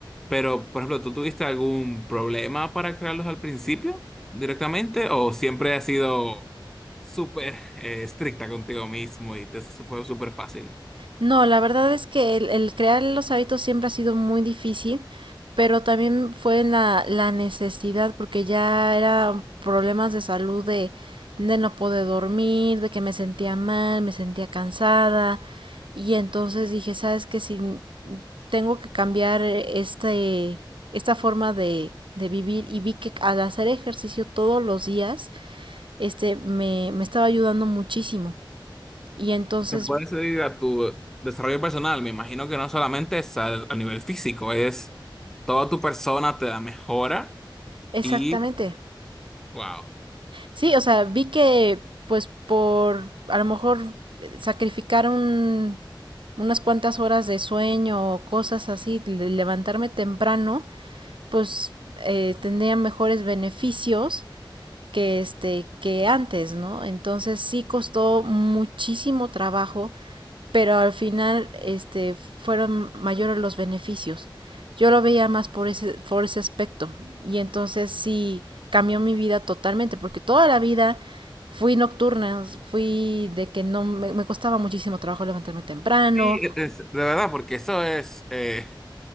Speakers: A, in the centre; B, on the right.
A: Pero, por ejemplo, ¿tú tuviste algún problema para crearlos al principio directamente o siempre has sido súper eh, estricta contigo mismo y te eso fue súper fácil?
B: No, la verdad es que el, el crear los hábitos siempre ha sido muy difícil, pero también fue la, la necesidad, porque ya eran problemas de salud de, de no poder dormir, de que me sentía mal, me sentía cansada, y entonces dije, ¿sabes qué? Si tengo que cambiar este, esta forma de, de vivir, y vi que al hacer ejercicio todos los días, este, me, me estaba ayudando muchísimo. Y entonces,
A: Te puedes ir a tu desarrollo personal, me imagino que no solamente es al- a, nivel físico, es toda tu persona te da mejora
B: exactamente.
A: y wow.
B: Sí, o sea, vi que pues por a lo mejor eh, sacrificar un- unas cuantas horas de sueño o cosas así, le- levantarme temprano, pues eh, tendría mejores beneficios que este que antes, ¿no? Entonces sí costó muchísimo trabajo pero al final este, fueron mayores los beneficios. Yo lo veía más por ese, por ese aspecto y entonces sí cambió mi vida totalmente porque toda la vida fui nocturna, fui de que no me, me costaba muchísimo trabajo levantarme temprano.
A: Sí, es- de verdad, porque eso es, eh,